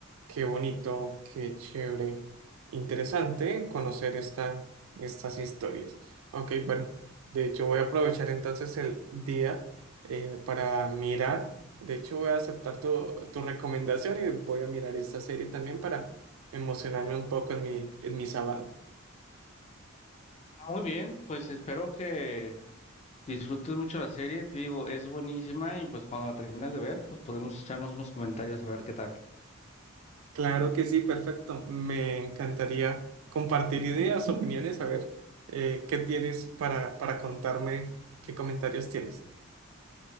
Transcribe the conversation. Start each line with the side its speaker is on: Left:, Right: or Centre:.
Right: qué bonito, qué chévere. Interesante conocer esta, estas historias. Ok, bueno, de hecho voy a aprovechar entonces el día eh, para mirar. De hecho voy a aceptar tu, tu recomendación y voy a mirar esta serie también para emocionarme un poco en mi, en mi sábado.
Left: Muy bien, pues espero que Disfrutes mucho la serie, te digo, es buenísima y pues cuando la termines de ver, pues podemos echarnos unos comentarios a ver qué tal.
Right: Claro que sí, perfecto. Me encantaría compartir ideas, opiniones, a ver eh, qué tienes para, para contarme, qué comentarios tienes.